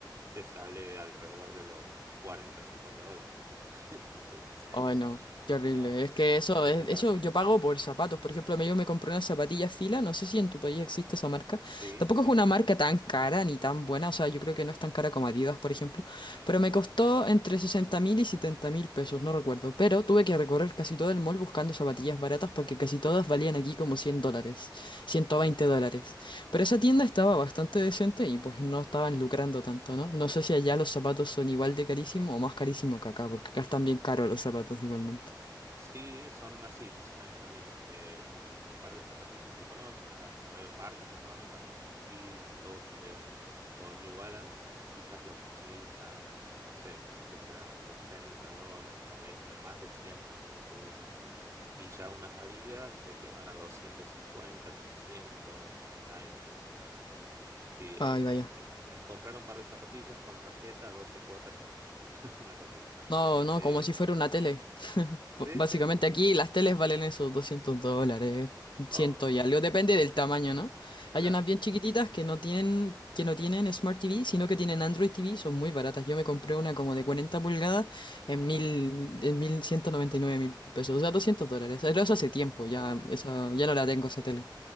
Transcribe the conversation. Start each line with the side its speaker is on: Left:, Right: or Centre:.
Right: te sale alrededor de los 40, 50 dólares. <laughs> ¿entendés? O sea,
Left: Ay, no, qué horrible.
Right: no,
Left: Es que eso,
Right: no hay
Left: es-
Right: comparación.
Left: eso yo pago por zapatos. Por ejemplo, me- yo me compré unas zapatillas Fila, no sé si en tu país existe esa marca.
Right: Sí,
Left: Tampoco
Right: sí,
Left: es una marca tan cara ni tan buena, o sea, yo creo que no es tan cara como Adidas, por ejemplo. Pero me costó entre sesenta mil y setenta mil pesos, no recuerdo. Pero tuve que recorrer casi todo el mall buscando zapatillas baratas porque casi todas valían aquí como 100 dólares, ciento
Right: bueno.
Left: veinte dólares. Pero esa tienda estaba bastante decente y pues no estaban lucrando tanto, ¿no? No sé si allá los zapatos son igual de carísimo o más carísimo que acá, porque acá están bien caros los zapatos igualmente.
Right: Sí, son así, más o menos también. Eh, un par de zapatillas económicas, a ver, marcas económicas como La Fila, Topper o New Balance, quizás lo conseguís a, no sé, qué será, 80 dólares, 90, más de 100 también seguro. Y ya unas Adidas se te van a 250, 300, unas Nike, unas Adidas. Sí, es,
Left: Ay, vaya.
Right: es, es comprar un par de zapatillas con tarjeta, 12 cuotas sin interés, <laughs> una cosa así.
Left: No, no,
Right: Eh,
Left: como si fuera una tele. <laughs> B-
Right: sí,
Left: Básicamente
Right: sí, sí, sí.
Left: aquí las teles valen esos 200 dólares,
Right: Oh,
Left: ciento y algo,
Right: no,
Left: depende del tamaño, ¿no? Hay
Right: claro.
Left: unas bien chiquititas que no tienen, que no tienen Smart TV, sino que tienen Android TV, son muy baratas. Yo me compré una como de 40 pulgadas en
Right: Ajá.
Left: mil, en mil ciento noventa y nueve mil pesos, o sea, 200 dólares. Pero eso hace tiempo, ya,
Right: Oh,
Left: esa, ya no la tengo esa tele.